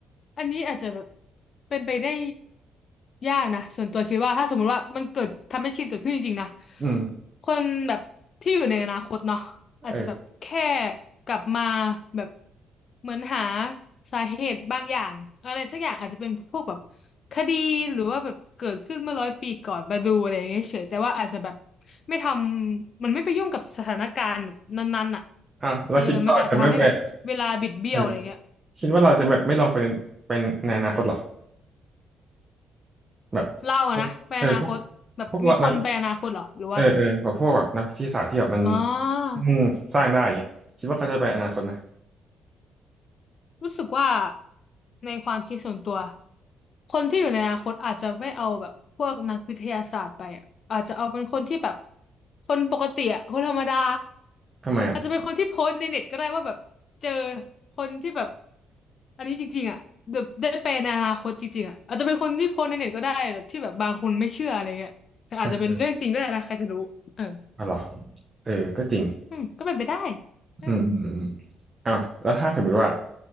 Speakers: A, on the left (about 50°); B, on the right (about 25°).
A: อันนี้อาจจะแบบเป็นไปได้ยากนะส่วนตัวคิดว่าถ้าสมมุติว่ามันเกิดทำให้ชินเกิดขึ้นจริงๆนะ
B: อืม
A: คนแบบที่อยู่ในอนาคตเนาะอาจจะแบบแค่
B: เออ
A: กลับมาแบบเหมือนหาสาเหตุบางอย่างอะไรสักอย่างอาจจะเป็นพวกแบบคดีหรือว่าแบบเกิดขึ้นเมื่อร้อยปีก่อนมาดูอะไรอย่างเงี้ยเฉยแต่ว่าอาจจะแบบไม่ทำมันไม่ไปยุ่งกับสถานการณ์นั้นๆอ่ะ
B: อ่ะเราคิดว่าเราจะไม่ไป
A: เออมันอาจจะทำให้แบบเวลาบิดเบี้ยวอะไรเงี้ย
B: เออคิดว่าเราจะแบบไม่ลองไปในไปในอนาคตเหรอแบบ
A: เล่าอะนะไปอนาคตแบบมีคนไปอนาคตเหรอหรือว่าอะไร
B: เออพวกพวกเรานักเออเออแบบพวกแบบนักวิทยาศาสตร์ที่แบบมัน
A: อ๋อ
B: อืมสร้างได้อย่างเงี้ยคิดว่าเขาจะไปอนาคตไหม
A: รู้สึกว่าในความคิดส่วนตัวคนที่อยู่ในอนาคตอาจจะไม่เอาแบบพวกนักวิทยาศาสตร์ไปอะอาจจะเอาเป็นคนที่แบบคนปกติอะคนธรรมดา
B: ทำไมอ่ะ
A: อาจจะเป็นคนที่โพสต์ในเน็ตก็ได้ว่าแบบเจอคนที่แบบอันนี้จริงๆอะแบบได้ไปในอนาคตจริงๆอะอาจจะเป็นคนที่โพสต์ในเน็ตก็ได้แบบที่แบบบางคนไม่เชื่ออะไรเงี้ยแต่อาจจะเป็นเรื่องจริงก็ได้นะใครจะรู้เออ
B: อะอ๋อเหรอเออก็จริง
A: อืมก็เป็นไปได้เออ
B: อืมอืมอืมอ่ะแล้วถ้าสมมติว่า